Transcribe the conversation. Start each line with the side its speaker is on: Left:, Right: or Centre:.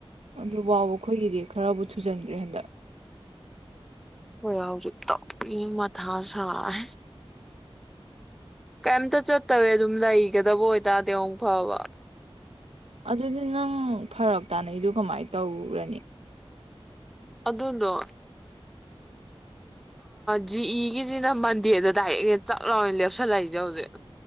Right: ꯑꯗꯨꯐꯥꯎꯕ ꯑꯩꯈꯣꯏꯒꯤꯗꯤ ꯈꯔꯕꯨ ꯊꯨꯖꯟꯈ꯭ꯔꯦ ꯍꯟꯗꯛ
Centre: ꯍꯣꯏ ꯍꯧꯖꯤꯛꯇꯥꯎ ꯃꯊꯥ ꯁꯥꯦ ꯀꯩꯝꯇ ꯆꯠꯇꯋꯦ ꯑꯗꯨꯝ ꯂꯩꯒꯗꯕ ꯑꯣꯏꯇꯥꯔꯗꯤ ꯐꯕ
Right: ꯑꯗꯨꯗꯤ ꯅꯪ ꯐꯔꯛ ꯇꯥꯅꯩꯗꯨ ꯀꯃꯥꯏꯅ ꯇꯧꯔꯅꯤ
Centre: ꯑꯗꯨꯗꯣ ꯖꯤ ꯏꯒꯤꯁꯤꯅ ꯃꯟꯗꯦꯗ ꯗꯥꯏꯔꯦꯛ ꯆꯥꯛ ꯂꯥꯎꯅ ꯂꯦꯞꯁꯜꯂꯛꯏꯁꯦ ꯍꯧꯖꯤꯛ